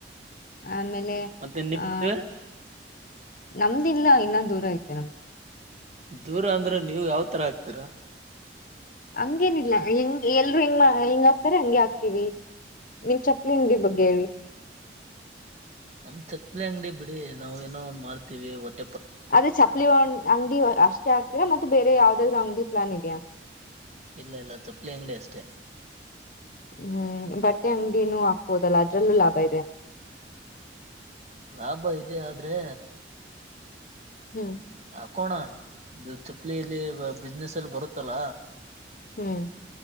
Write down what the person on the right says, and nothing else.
ಮತ್ತೆ ನಿಮ್
ಮದ್ವೆ
ದೂರ ಅಂದ್ರೆ ನೀವವು ಯಾವತರ ಹಾಕ್ತೀರಾ
ನಮ್ ಚಪ್ಪಲಿ ಅಂಗಡಿ ಬಿಡಿ ನಾವವು ಏನೋ ಒಂದ್ ಮಾಡ್ತೀವಿ ಒಟ್ಟ
ಇಲ್ಲ ಇಲ್ಲ ಚಪ್ಪಲಿ ಅಂಗಡಿ ಅಷ್ಟೇ
ಲಾಭ ಇದೆ ಆದ್ರೆ
ತಕೋಣ ಇದು ಚಪ್ಪಲಿಿಯಲ್ಲಿ ಬಿಸ್ನೆಸ್ ಎಲ್ಲಿ ಬರುತ್ತಲ್ಲ